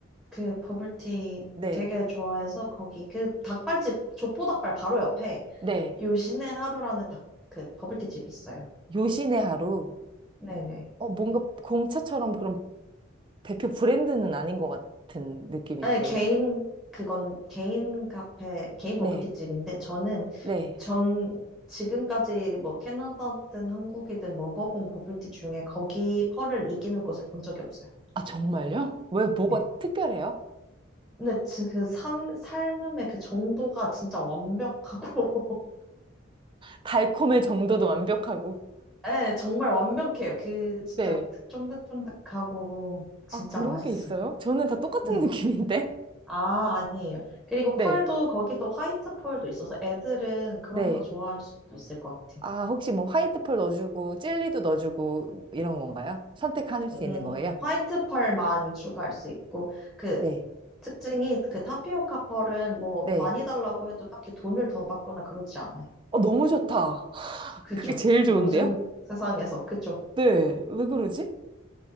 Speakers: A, in the centre; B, on the right (about 25°).
A: 그 버블티
B: 네.
A: 되게 좋아해서 거기 그 닭발집 조포 닭발 바로 옆에
B: 네.
A: 요신의 하루라는 닭 그 버블티 집이 있어요.
B: 요신의 하루.
A: 네네.
B: 어, 뭔가 공차처럼 그런 대표 브랜드는 아닌 것 같은 느낌인데.
A: 아니 개인 그건 개인 카페 개인
B: 네.
A: 버블티 집인데 저는
B: 네.
A: 전 지금까지 뭐 캐나다든 한국이든 먹어본 버블티 중에 거기 펄을 이기는 곳을 본 적이 없어요.
B: 아, 정말요? 왜 뭐가
A: 네.
B: 특별해요?
A: 근데 지- 그 삶, 삶음의 그 정도가 진짜 완벽하고 <laughs>
B: 달콤의 정도도 완벽하고.
A: 네, 정말 완벽해요. 그 진짜
B: 네.
A: 쫀득쫀득하고 진짜
B: 아, 그런
A: 맛있어요.
B: 게 있어요? 저는 다 똑같은
A: 네.
B: <laughs> 느낌인데.
A: 아, 아니에요. 그리고 펄도
B: 네.
A: 거기도 화이트 펄도 있어서 애들은 그런
B: 네.
A: 거 좋아할 수도 있을 것 같아요.
B: 아, 혹시 뭐 화이트 펄 넣어주고, 젤리도 넣어주고, 이런 건가요? 선택할 수
A: 음,
B: 있는 거예요?
A: 화이트 펄만 추가할 수 있고 그
B: 네.
A: 특징이 그 타피오카 펄은 뭐
B: 네.
A: 많이 달라고 해도 딱히 돈을 더 받거나 그러지 않아요.
B: 어, 너무 좋다. <laughs>
A: 그죠?
B: 그게 제일 좋은데요?
A: 요즘 세상에서 그죠?
B: 네. 왜 그러지?